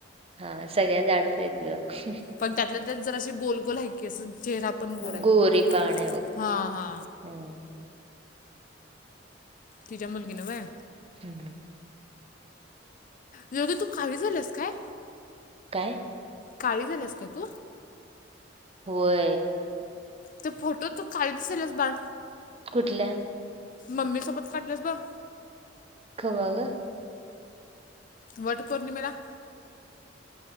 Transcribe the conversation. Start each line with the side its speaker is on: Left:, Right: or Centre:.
Right: हा सगळ्या झाडच आहेत. तुया अहं.
Left: पण त्यातलं त्या जर अशी गोलगोल आहे, केस अस चेहरा पण गोल
Right: ग
Left: आहे.
Right: गोरी पान आहे बघ
Left: हा हा.
Right: हम्म.
Left: तिच्या मुलगी न वय?
Right: हम्म.
Left: योगी तू काळी झालीयास काय?
Right: काय?
Left: काळी झालीयास काय तू?
Right: होय
Left: त्या फोटोत तू काळी दिसायल्यास बांध
Right: कुठल्या?
Left: मम्मी सोबत काढलीयास बघ?
Right: कवा ग?
Left: वट पौर्णिमेला?